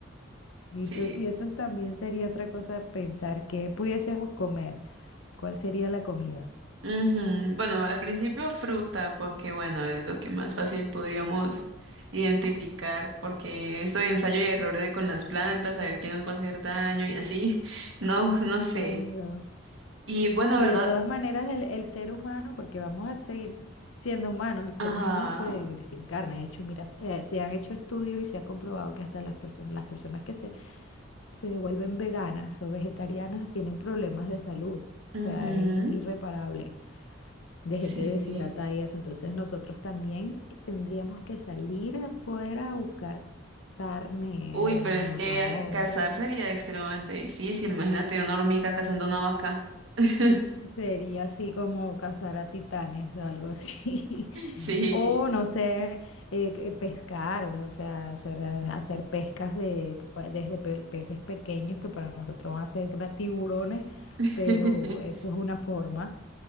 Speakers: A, on the left (about 75°); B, on the right (about 70°).
A: y
B: Sí,
A: entonces- y eso también sería otra cosa pensar, que pudiésemos comer? ¿Cuál sería la comida?
B: Ujú. Bueno, al principio fruta, porque bueno, es lo que más fácil podríamos identificar, porque eso de ensayo y error de con las plantas, saber qué nos va a hacer daño y así, <laughs> no, no sé.
A: Claro.
B: Y bueno,
A: Y
B: ¿verdad?
A: de todas maneras, el, el ser humano, porque vamos a seguir siendo humanos, el ser
B: Ajá,
A: humano no puede vivir sin carne. De hecho, mira, eh, se han hecho estudios y se ha comprobado que hasta las personas, las personas que se, se vuelven veganas o vegetarianas tienen problemas de salud. O
B: ujú,
A: sea, es i- irreparable, de
B: sí.
A: gente deshidratada y eso. Entonces, nosotros también tendríamos que salir afuera a buscar carne
B: Uy,
A: de
B: pero
A: algún
B: es
A: otro
B: que
A: modo.
B: cazar sería extremadamente difícil. Imagínate una hormiga cazando una vaca. <laughs>
A: Sería así como cazar a titanes o algo así.
B: Sí.
A: <laughs> O no sé, eh, eh, pescar, o sea, hacer, eh, hacer pescas de, pues, desde pe- peces pequeños que para nosotros van a ser gra- tiburones,
B: <laughs>
A: pero eso es una forma.